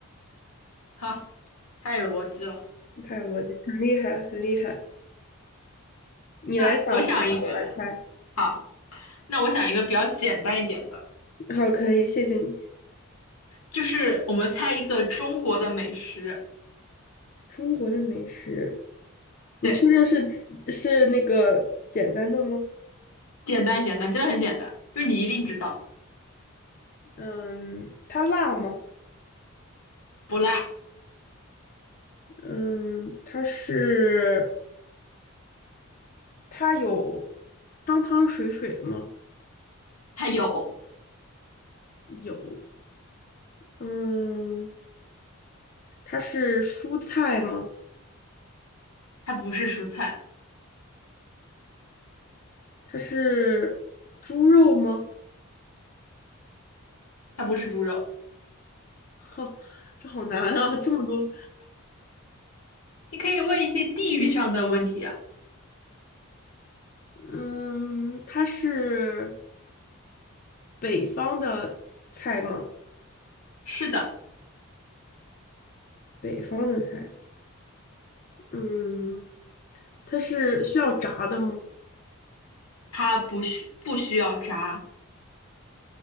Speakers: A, on the left; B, on the left.
A: 好，太有逻辑了。
B: 太有逻辑，很厉害，很厉害。你来想一个吧，
A: 那我想一个，
B: 我来猜。
A: 好，那我想一个比较简单一点的，
B: 好，可以，谢谢你。
A: 就是我们猜一个中国的美食。
B: 中国的美食，你确定是是那个简单的吗？
A: 对，简单简单，真的很简单，就你一定知道。
B: 嗯，它辣吗？
A: 不辣，
B: 嗯，它是，它有汤汤水水吗？
A: 它有，
B: 有。嗯，它是蔬菜吗？
A: 它不是蔬菜，
B: 它是猪肉吗？
A: 它不是猪肉。
B: <laughs> 哈，这好难啊，这么多。
A: 你可以问一些地域上的问题啊。
B: 嗯，它是北方的菜吗？
A: 是的，
B: 北方的菜。嗯，它是需要炸的吗？
A: 它不需不需要炸